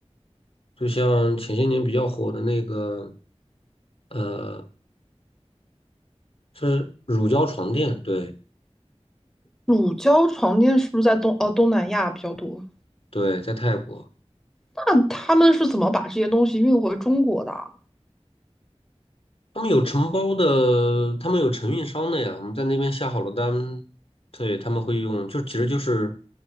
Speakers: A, on the left; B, in the centre.
A: 就像前些年比较火的那个呃，是乳胶床垫，对
B: 乳胶床垫是不是在东呃东南亚比较多？
A: 对，在泰国。
B: 那他们是怎么把这些东西运回中国的？
A: 他们有承包的，他们有承运商的呀。我们在那边下好了单，对，他们会用，就其实就是